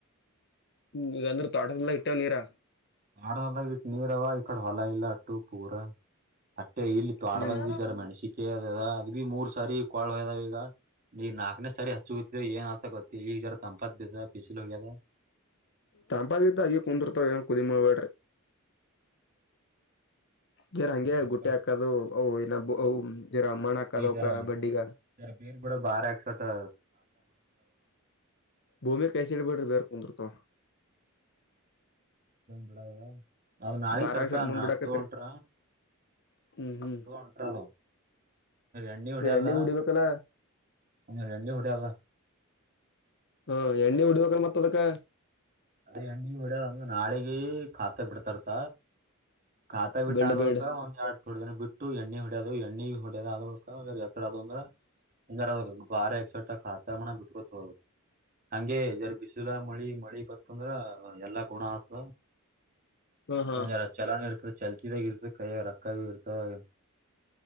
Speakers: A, on the left; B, on the right.
A: ಹೂ ಇಲ್ಲಾಂದ್ರೆ ತೋಟದ ಏಲ್ಲಾ ಇಟ್ಟೇವನ ನೀರಾ
B: ಆಡದವ ಇಟ್ಟ ನೀರ ಅವ ಈಕಡೆ ಹೊಲ ಇಲ್ಲ ಅಟ್ಟು ಪೂರ ಅಟ್ಟೆ ಇಲ್ಲಿ ತೊಡ್ದಾಗ
A: ಹ್ಮ್.
B: ಬಿತಾರೆ ಮೆಣಸಿಕ ಅದ ಅದ ಅದು ಬಿ ಮೂರ್ ಸಾರಿ ಕಳ ಹೋದಾವ ಈಗ ಈಗ ನಾಲ್ಕನೇ ಸರಿ ಹಚ್ಚು ಏನ್ ಅತ ಗೊತ್ತ ಈಜರ ಸಂಪತ್ ಬ ಏಲೋಗರೇ
A: ತಂಪಾಗಿದ್ದಾಗಿ ಕುಂದೃತ ಕುದಿ ಮಾಡಬೇಡ್ರಿ ಜರ ಹಂಗೆ
B: ರೊಕ್ಕ
A: ಗುಟ್ಟಿ ಹಾಕದು ಅ ಏನಬ ಅ ಜರ ಮಣ್ಣು ಹಕ್ಕದವಕ
B: ನೀ ಜರ
A: ಬಡ್ಡಿಗ
B: ಜರ ಬೇರ್ ಬಿಡೋ ಬಾರ ಹಾಕ್ಸೋಟೊ
A: ಭೂಮಿ ಕಸಿಡಿಬಡ್ ಬಾರ ಕುಂದ್ರತವ
B: ಬಿಡ ನ ನಾಳಗ್
A: ದಾರಾಗ
B: ತರ್ಕ
A: ಸರ್ ಮುಂದ್
B: ನಷ್ಟ
A: ಬಿಡಾಕತ್ರಿ
B: ಹೊಂಟ್ರ
A: ಹ್ಮ್ ಹ್ಮ್
B: ಉಂಟ ಒ ಎಣ್ಣಿ ಹೊಡಾದ
A: ಎಣ್ಣೆ ಹೊಡಿಬೇಕಲ್ಲ
B: ಒಂದಿನ ಎಣ್ಣಿ ಹೊಡವಾ
A: ಹಾ ಎಣ್ಣೆ ಉಡ್ಬೇಕ್ ಮತ್ತ ಅದಕ್ಕೇ
B: ಅದೇ ಎಣ್ಣಿ ಹೊಡ ಒಂಗ ನಾಳಿ ಗ ಖಾತೆ ಬಿಡ್ತಾರತ ಕಾತಾ ಬಿಟ್ಟ
A: ಬಿಲ್ಡ್
B: ಆದಳಕ
A: ಬಿಲ್ಡ್
B: ಒಂದ ಎರಡ್ ೊೋಡ್ ದನ ಬಿಟ್ಟು ಎಣ್ಣೆ ಹೊಡ್ಯೋದು ಎಣ್ಣಿ ಹೊ ಬೇರೆ ಆದಳ ಎರ ಅದು ಅಂದ್ರೆ ಒಂದ ಬಾರ ಎಕ್ ಸವಟ ಾತಾ ಬಿಟ್ಕತದು ಹಂಗೆ ಜರ್ ಬಿಸಿಲ ಮಳಿ ಮಳಿ ಬತ್ತಂದ್ರ ಎಲ್ಲಾ ಗುಣ ಆತ
A: ಹಾ ಹಾ
B: ಒಂದ್ ಎರ ಚಲ ಇರ್ತ ಚಲ್ತಿ ತ ಗಿರ್ತ ಕೈ ಯಾಗ ರಕ್ಕಾ ಇರ್ತವೇ